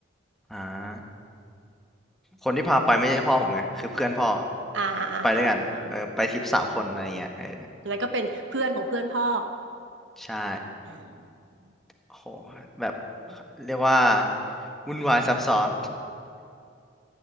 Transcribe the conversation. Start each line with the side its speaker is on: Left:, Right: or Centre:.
Centre: อ่าคนที่พาไปไม่ใช่พ่อผมไงคือเพื่อนพ่อ
Right: อ่าอ่าอ่าอา
Centre: ไปด้วยกันเออไปทริปสามคนอะไรเงี้ยเออ
Right: อันนั้นก็เป็นเพื่อนของเพื่อนพ่อ
Centre: ใช่
Right: อ่า
Centre: โโหแบบเรียกว่าวุ่นวายซับซ้อน